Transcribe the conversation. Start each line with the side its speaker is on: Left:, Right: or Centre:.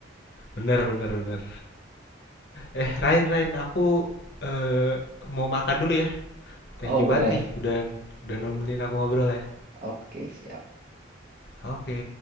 Left: Bener, bener, bener. Eh, Ryan, Ryan, aku eh, mau makan dulu ya. Thank
Right: Oh
Left: you
Right: boleh.
Left: banget nih, udah udah nemenin aku ngobrol ya.
Right: Oke siap.
Left: Oke.